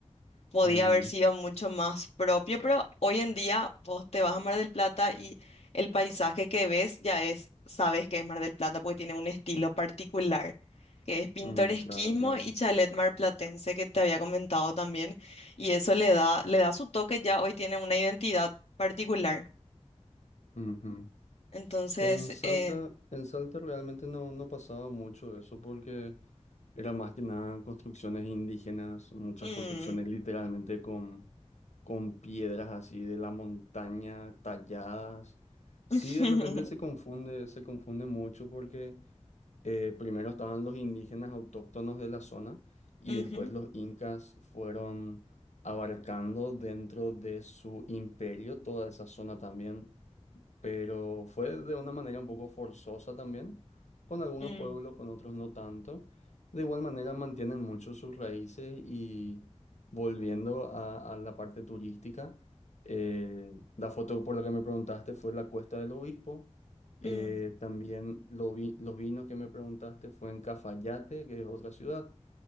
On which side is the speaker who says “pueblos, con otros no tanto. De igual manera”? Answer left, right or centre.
Left